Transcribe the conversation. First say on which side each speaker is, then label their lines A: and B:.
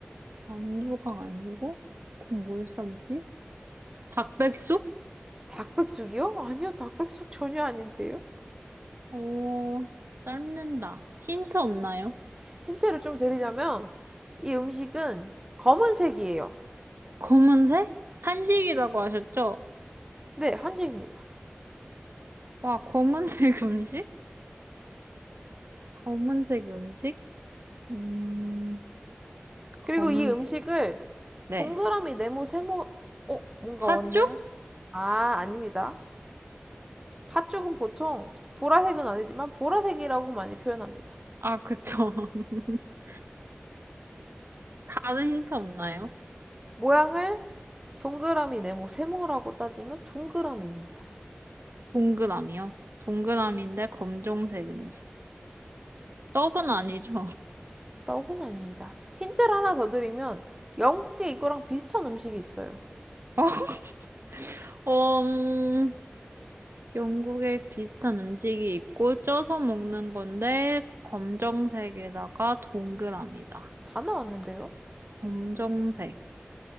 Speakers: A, on the right; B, on the right.
A: 만두가 아니고, 그럼 뭘 삶지? 닭백숙?
B: 닭백숙이요? 아니요, 닭백숙 전혀 아닌데요.
A: 어, 삶는다. 힌트 없나요?
B: 힌트를 좀 드리자면 이 음식은 검은색이에요.
A: 검은색? 한식이라고 하셨죠?
B: 네, 한식입니다.
A: 와, 검은색 <laughs> 음식? 검은색 음식? 음, 검은색.
B: 그리고 이 음식을
A: 네.
B: 동그라미, 네모, 세모, 어, 뭔가
A: 팥죽?
B: 왔나요? 아, 아닙니다. 팥죽은 보통 보라색은 아니지만 보라색이라고 많이 표현합니다.
A: 아, 그쵸. <laughs> 다른 힌트 없나요?
B: 모양을 동그라미, 네모, 세모라고 따지면 동그라미입니다.
A: 동그라미요. 동그라미인데 검정색 음식. 떡은 아니죠.
B: 떡은 아닙니다. 힌트를 하나 더 드리면 영국에 이거랑 비슷한 음식이 있어요.
A: <laughs> 어, 음, 영국에 비슷한 음식이 있고 쪄서 먹는 건데 검정색에다가 동그라미다.
B: 다 나왔는데요?
A: 검정색,